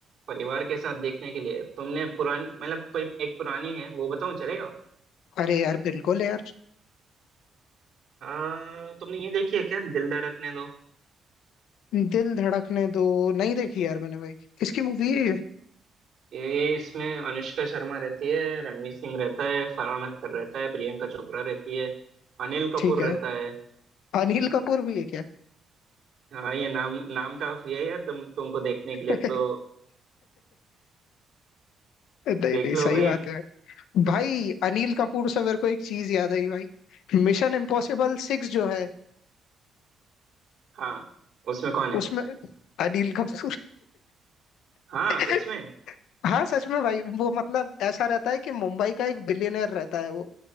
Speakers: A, on the right; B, on the left.
A: परिवार के साथ देखने के लिए तुमने पुरानी मतलब कोई एक पुरानी है वो बताऊँ चलेगा
B: अरे यार बिल्कुल यार
A: आ, तुमने ये देखी है क्या दिल धड़कने दो
B: दिल धड़कने दो नहीं देखी यार मैंने भाई किसकी मूवी है ये
A: ये इसमें अनुष्का शर्मा रहती है रणवीर सिंह रहता है फरहान अख्तर रहता है प्रियंका चोपड़ा रहती है अनिल
B: ठीक
A: कपूर
B: है
A: रहता है
B: अनिल कपूर भी है क्या
A: हाँ ये नाम नाम काफी है यार तुम तुमको देखने के लिए
B: <laughs>
A: तो
B: नहीं
A: देख
B: नहीं
A: लो
B: सही
A: भाई
B: बात है भाई अनिल कपूर से मेरे को एक चीज याद आई भाई मिशन इम्पॉसिबल सिक्स जो है
A: हाँ उसमें कौन है
B: उसमें अनिल कपूर
A: हाँ
B: <laughs>
A: सच में
B: हाँ सच में भाई वो मतलब ऐसा रहता है कि मुंबई का एक बिलियनर रहता है वो